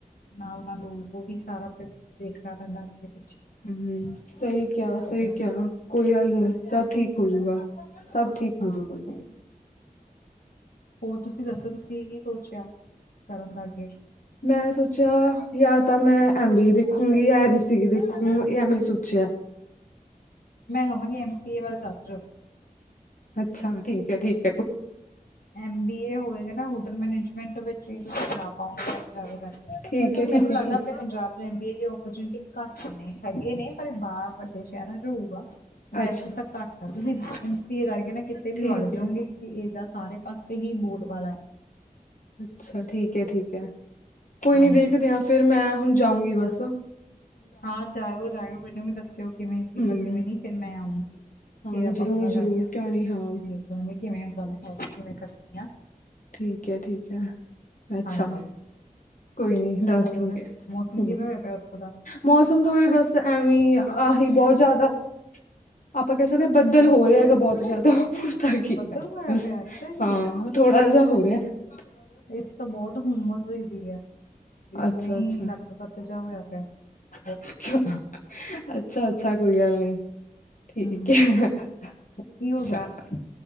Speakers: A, on the left; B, on the left.
A: ਨਾਲ ਨਾਲ ਉਹ ਵੀ ਸਾਰਾ ਫਿਰ ਦੇਖਣਾ ਪੈਂਦਾ ਅੱਗੇ ।
B: ਹਮ ਸਹੀ ਕਿਹਾ ਸਹੀ
A: ਹਾਂ
B: ਕਿਹਾ ਕੋਈ ਗੱਲ ਨਹੀਂ ਸਭ ਠੀਕ ਹੋਜੂਗਾ । ਸਭ ਠੀਕ
A: ਹਾਂ
B: ਹੋਜੂ ਕੋਈ ਨੀ ।
A: ਹੋਰ ਤੁਸੀਂ ਦੱਸੋ ਤੁਸੀਂ ਕੀ ਸੋਚਿਆ ਕਰਨ ਦਾ ਅੱਗੇ?
B: ਮੈਂ ਸੋਚਿਆ ਯ ਤਾਂ ਮੈਂ ਐਮ ਬੀ ਏ ਦੇਖੂੰਗੀ ਐਮ ਸੀ ਏ ਦੇਖੂੰਗੀ
A: ਹਾਂ,
B: ਮ । <inaudible>
A: ਮੈਂ ਕਵਾਂਗੀ ਐਮ ਸੀ ਏ ਵੱਲ ਚੱਲ ਜੋ।
B: ਅੱਛਾ ਠੀਕ ਹੈ ਠੀਕ ।
A: ਐਮ ਬੀ ਏ ਹੋਏਗਾ ਨਾ ਹੋਟਲ ਮੈਨੇਜਮੈਂਟ ਵਿੱਚ ਹੀ ਤੁਸੀਂ ਜਾ ਪਾਉਗੇ । ਕਰ
B: ਠੀਕ
A: ਕਿਉਂਕਿ
B: ਹੈ
A: ਮੈਨੂੰ
B: ਠੀਕ
A: ਲੱਗਦਾ
B: ਹੈ ਠੀਕ
A: ਆਪਣੇ ਪੰਜਾਬ ਚ ਐਮ ਬੀ ਏ ਦੀ ਉਪਰਚਨਿਟੀ ਘੱਟ ਨੇ । ਹੈਗੇ ਨੇ ਪਰ ਇਹ ਬਾਹਰ ਵੱਡੇ ਸ਼ਹਿਰਾਂ ਚ ਹੋਊਗਾ । ਵੈਸੇ
B: ਅੱਛਾ
A: ਤਾਂ ਘੱਟ ਆ । ਤੁਸੀਂ ਐਮ ਸੀ ਏ ਕਰਕੇ ਨਾ ਕਿਤੇ ਵੀ
B: ਠੀਕ
A: ਵੜ ਜਾਓਗੇ
B: ਹੈ
A: । ਦਾ ਸਾਰੇ ਪਾਸੇ ਹੀ ਬੋਲ ਵਾਲਾ ਹੈ ।
B: ਅੱਛਾ ਠੀਕ ਹੈ। ਠੀਕ ਹੈ ਕੋਈ
A: ਹਾਂਜੀ।
B: ਨੀ ਦੇਖਦੇ ਆਂ ਫੇਰ ਮੈਂ ਹੁਣ ਜਾਊਂਗੀ ਬਸ ।
A: ਹਾਂ ਜਾਇਓ ਜਾਇਓ । ਮੈਨੂੰ ਵੀ ਦੱਸਿਓ ਕਿਵੇਂ ਸੀਗਾ
B: ਹੂੰ
A: ਕਿਵੇਂ ਨ। ਫਿਰ ਮੈਂ ਆਊਂਗੀ ।
B: ਹਾਂ
A: ਫਿਰ ਆਪਾਂ
B: ਜ਼ਰੂਰ
A: ਪਤਾ
B: ਜ਼ਰੂਰ
A: ਕਰਕੇ
B: ਕਿਉਂ ਨਹੀਂ ਹਾਂ
A: ਦੇਖ ਲਾਂਗੇ ਕਿਵੇਂ ਗੱਲ ਕਰ ਕਿਵੇਂ ਕਰਨੀ ਆ ।
B: ਠੀਕ ਹੈ । ਠੀਕ ਹੈ। ਅੱਛਾ
A: ਹਾਂਜੀ
B: । ਕੋਈ ਨੀ ਦੱਸ
A: ਹੋਰ
B: ਦਓਗੇ ਹ
A: ਮੌਸਮ ਕਿਵੇਂ ਹੋਇਆ ਪਿਆ ਉੱਥੋਂ ਦਾ?
B: ਮੌਸਮ ਤੋਂ ਉੇਰੇ ਬਸ ਐਵੇਂ ਹੀ ਆ । ਆਹੀ ਬਹੁਤ ਜਿਆਦਾ ਆਪਾਂ ਕਹਿ ਸਕਦੇ ਹਾਂ ਬੱਦਲ ਹੋ ਰਿਹਾ ਹੈਗਾ ਬਹੁਤ ਜਿਆਦਾ । ਤਾਂ ਕੀ
A: ਬੱਦਲ
B: ਹੈ
A: ਹੋਇਆ
B: ਬ
A: ਪਿਆ ਅੱਛਾ ਜੀ
B: ਹਾਂ ਥੋੜਾ ਜਿਹਾ ਹੋ ਰਿਹਾ ।
A: ਇੱਥੇ ਤਾਂ ਬਹੁਤ ਹੁੰਮਸ ਹੋਈ ਵੀ । ਵੀ ਹੁਣੇ
B: ਅੱਛਾ ਅੱਛਾ
A: ਲੱਤ ਵੱਤ ਜਿਹਾ ਹੋਇਆ ਪਿਆ ।
B: ਅੱਛਾ ਅੱਛਾ ਅੱਛਾ ਕੋਈ ਗੱਲ ਨੀ ।
A: ਹੂੰ
B: ਠੀਕ ਹੈ ਅੱਛਾ
A: ਕੀ ਹੋ ਗਿਆ
B: ।